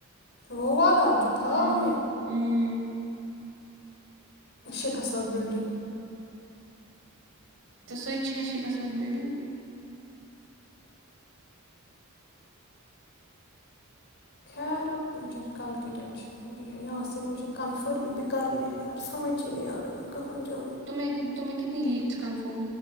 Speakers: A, on the left; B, on the right.
A: وہ وال وال ح جو تھاؤ
B: ہوں
A: میں
B: ہوں
A: شکصلات بلڈنگ
B: تو سو ش ش گصلگ بلڈنگ
A: خیر آ مجھے کل کی ٹینشن ہو رہی ہے یہاں سے مجھے کنفرم ب کر نہیں ہیں ار سمج ہی نہیں ار ہے میں کہاں جا
B: ت تمیں کتنی لیڈ کف